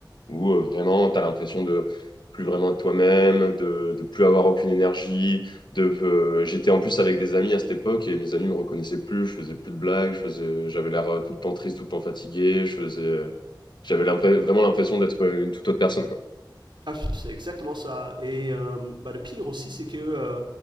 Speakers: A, on the left (about 70°); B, on the right (about 85°).
A: où euh, vraiment tu as l'impression de plus vraiment de toi-même, de, de plus avoir aucune énergie. De, euh, j'étais en plus avec des amis à cette époque et mes amis me reconnaissaient plus, je faisais plus de blagues, je faisais, j'avais l'air euh, tout le temps triste, tout le temps fatigué, je faisais, j'avais l'impr- vraiment l'impression d'être euh, une toute autre personne.
B: Ah, c'est exactement ça. Et euh, bah, le pire aussi, c'est que, euh,